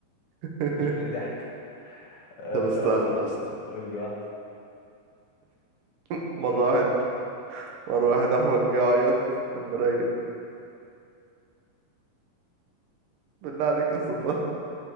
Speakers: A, on the right; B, on the left.
A: <laughs>
B: مش من الضحك آه
A: طب استنى
B: طب آه،
A: استنى
B: قول لي واحده
A: <laughs> مرة واحد مرة واحد أحول جه يعيط قام رايل بالله عليك يا ستار